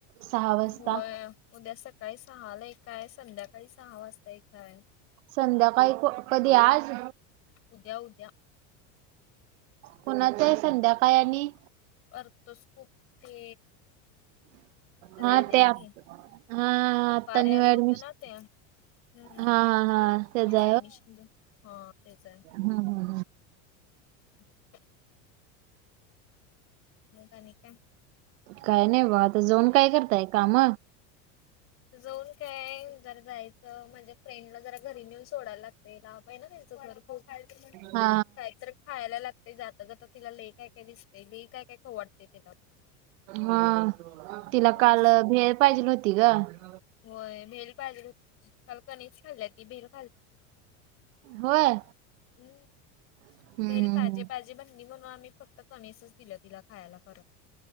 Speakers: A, on the right; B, on the left.
A: सहा वाजता
B: होय उद्या सकाळी सहा ला एककाय संध्याकाळी सहा वाजता एककाय.
A: संध्याकाळी क कधी आज.
B: उद्या उद्या.
A: कोणाच आहे संध्याकाळ आणि
B: करतोस खूप ते. खरे
A: हा
B: आले
A: ते आत-
B: की
A: हा हा, आता
B: बारे
A: न्यू
B: आलं होतं
A: ऍडमिशन
B: ना ते. हम्म
A: हा हा हा त्याचा
B: म ऍडमिशन हा तेच आहे.
A: हा हा.
B: <inaudible> मग आणि काय?
A: काय नाही बा आता जाऊन काय करताय काम.
B: जाऊन काय जर जायचं म्हणजे फ्रेंडला जरा घरी नेऊन सोडायला लागते ला बाई ना त्यांचं घर. खूप काहीतरी
A: हा.
B: खायला लागते जाता जाता तिला लई काय काय दिसते लई काय काय खाऊ वाटते तिला
A: हा तिला
B: हम्म
A: काल भे पाहिजेव्हती. तिक.
B: होय बेल पाजलकनी खाल्ली ती बेल.
A: होय.
B: हम्म
A: हम्म
B: भेल पाजे पाजे. माझी बणी म्हणून आम्ही फक्त कशच दिलं तिला खायला करत.